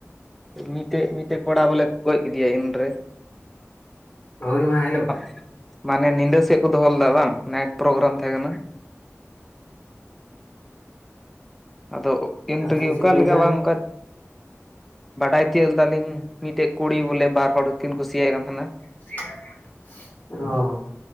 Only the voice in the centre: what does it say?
ᱢᱤᱴᱮᱜ-ᱢᱤᱴᱮᱜ ᱠᱚᱲᱟ ᱵᱚᱞᱮ ᱠᱚ ᱜᱚᱡ ᱠᱮᱫᱮᱭᱟ ᱤᱱᱨᱮ᱾
ᱟᱵ ᱢᱟᱱᱮ ᱱᱤᱫᱟᱹ ᱥᱮᱜ ᱠᱚ ᱫᱚᱦᱚᱞᱫᱟ ᱵᱟᱝ ᱱᱟᱭᱤᱜ ᱯᱨᱳᱜᱨᱟᱢ ᱛᱷᱮ ᱠᱟᱱᱟ᱾ ᱟᱫᱚᱜ ᱤᱱ
ᱨᱮᱜᱮ ᱚᱠᱟ
ᱞᱮᱠᱟ ᱵᱟᱝ ᱚᱠᱟ ᱵᱟᱰᱟᱭ ᱛᱤᱭᱟᱹᱜ ᱫᱟᱞᱤᱧ ᱢᱤᱴᱮᱜ ᱠᱩᱲᱤ ᱵᱚᱞᱮ ᱵᱟᱨ ᱦᱚᱲ ᱠᱤᱱ ᱠᱩᱥᱤᱭᱟᱭ ᱠᱟᱱ ᱛᱷᱮᱱᱟ᱾